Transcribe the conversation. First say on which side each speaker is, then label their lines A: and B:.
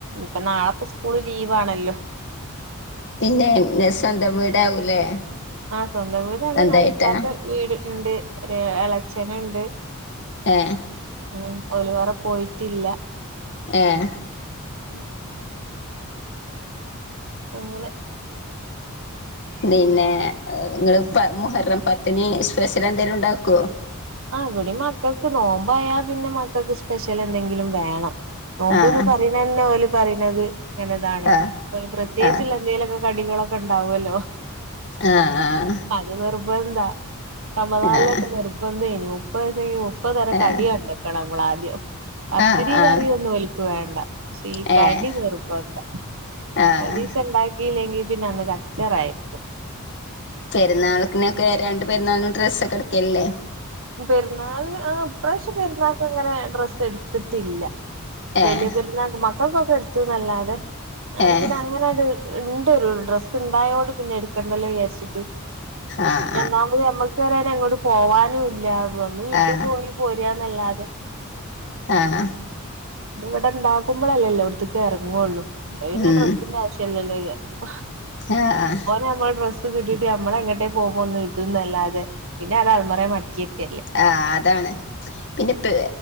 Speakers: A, on the right (about 60°); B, on the left (about 55°).
A: ഇപ്പൊ നാളെപ്പ സ്കൂള് ലീവ് ആണല്ലോ
B: പിന്നെ നെസ്റ്റ് സന്ത വീടാവൂലേ
A: ആഹ് സ്വന്തം വീടാണ്
B: സ്വന്തായിട്ടാ
A: നാലും ഇത്താത്ത വീട്ല് ഉണ്ട് ഇളച്ചനുണ്ട്
B: ആഹ്
A: ഉം ഓരു വേറെ പോയിട്ടില്ല
B: ആഹ്
A: ഉം അങ്ങനെ
B: പിന്നെ നിങ്ങള് മുഹർം പത്തിന് സ്പെഷ്യൽ എന്തേലും ഉണ്ടാക്കോ
A: ആഹ് ഇവിടെ മക്കൾക്ക് നോമ്പയാ പിന്നെ മക്കൾക്ക് സ്പെഷ്യൽ എന്തെങ്കിലും വേണം. നോമ്പ്ന്ന്
B: ആഹ്
A: പറയണന്നെ ഓല് പറയണത് ഇങ്ങനെതാണ്
B: ആഹ്
A: പ്രത്യേകിച്ചുള്ള
B: ആഹ്
A: എന്തേലൊക്കെ കടികളൊക്കെ ഉണ്ടാവല്ലോ.
B: ആഹ് ആഹ്
A: അത് നിർബന്ധ റമളാനിലൊക്കെ
B: ആഹ്
A: നിർബന്ധേയിനു. മുപ്പ ദിസം മുപ്പത് തരം
B: ആഹ്
A: കടി കണ്ടക്കണം നമ്മൾ ആദ്യം പത്തിരിയും
B: ആഹ് ആഹ്
A: കറിയൊന്നും ഒൽക്ക് വേണ്ട. സീ
B: ഏഹ്
A: കടി നിർബന്താ.
B: ആഹ്
A: ഒരീസം ഇണ്ടാക്കിയില്ലെങ്കി പിന്നെ അന്ന് ച്ചറായിരിക്കും.
B: പെരാൾക്കിനൊക്കെ രണ്ട് പെരുന്നാളിനും ഡ്രസ്സക്കെടക്കലില്ലേ?
A: പെരുന്നാളിന് ആഹ് ഇ പ്രാവശ്യ പെരുന്നാൾക്ക് അങ്ങനെ ഡ്രസ്സ് എടുത്തിട്ടില്ല.
B: ഏഹ്
A: വല്ല്യ പെരുന്നാൾന് മക്കൾക്കൊക്കെ എടുത്തുന്നല്ലാതെ ഞൻ
B: ഏഹ്
A: പിന്നെ അങ്ങനാണ്ട് ഇണ്ട് ഡ്രസ്സ് ഉണ്ടായതോട് പിന്നെ എടുക്കണ്ടല്ലോ വിചാരിച്ചിട്ട്.
B: ആഹ്
A: ഒന്നാമത് നമ്മൾക്ക് <unintelligible> എങ്ങോട്ട് പോവാനും ഇല്ല ഒന്ന് വീട്ടിൽ
B: ആഹ്
A: പോയി പോരന്നല്ലാതെ.
B: ആഹ്
A: ഇത് ഇവിടെ ഇണ്ടാക്കുമ്പോളല്ലെ എല്ലോട്ത്ക്കും ഇറങ്ങുള്ളൂ. അപ്പ പിന്നെ
B: ഉം
A: ഡ്രസിന്റെ ആവിശ്യ ശ്യാം ഇല്ലല്ലോ വിചാരിക്കും
B: ആഹ് ആഹ്
A: നമ്മൾ ഡ്രസ്സ് കിട്ടിട്ട് നമ്മളെ എങ്ങട്ടേ പോകുമ്പോ ഒന്ന് ഇടുന്നല്ലാതെ പിന്നെ അത് ആൾമറേ മടക്കിക്കെല്ലേ.
B: ആഹ് അതാണ്. പിന്നെ പെ